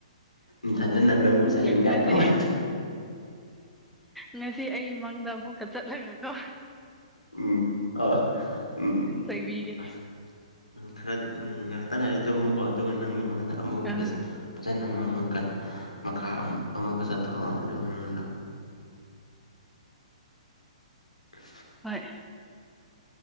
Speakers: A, on the left; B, in the centre.
A: ꯏꯊꯥꯟ ꯇꯥꯅꯥ ꯅꯪꯕꯨ ꯆꯩꯅꯤꯡꯉꯥꯏ
B: ꯉꯁꯤ
A: ꯀꯃꯥꯏ
B: ꯉꯁꯤ ꯑꯩ ꯃꯪꯗ ꯑꯃꯨꯛꯀ ꯆꯠꯂꯒꯀꯣ
A: ꯎꯝ ꯑꯥ ꯎꯝ
B: ꯆꯩꯕꯤꯒꯦ
A: ꯑꯁ ꯎꯝ ꯈꯔꯥ ꯎꯝ ꯅꯇꯥ ꯂꯥꯏꯔꯤ ꯇꯣꯝꯃꯨꯀꯣ ꯑꯗꯨꯒ ꯅꯪꯒꯤ ꯃꯪꯗ ꯑꯃꯨꯛ
B: ꯑꯥ
A: ꯈꯔ ꯐꯖꯅ ꯃꯪꯉꯀꯟ ꯃꯈꯥ ꯑꯃꯨꯛ ꯑꯃꯨꯛꯀ ꯆꯠꯊꯣꯛꯑꯣ ꯑꯗꯨꯒ ꯅꯪꯗꯣ ꯀ <unintelligible>
B: ꯍꯣꯏ